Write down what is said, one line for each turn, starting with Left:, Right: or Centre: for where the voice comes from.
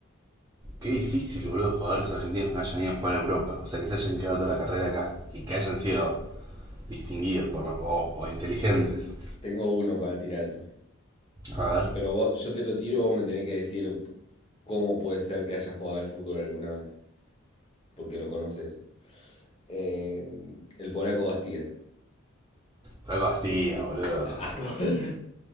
Right: qué difícil, boludo, jugadores argentinos que no hayan ido a jugar a Europa. O sea, que se hayan quedado toda la carrera acá. Y que hayan sido distinguidos por, lo- o, o inteligentes.
Left: Tengo uno para tirarte.
Right: A ver.
Left: Pero vos- yo te lo tiro y vos me tenés que decir cómo puede ser que haya jugado al fútbol alguna vez. Porque lo conoces. Eh, el polaco Bastía.
Right: Franco Bastilla, boludo.
Left: El polaco. <laughs>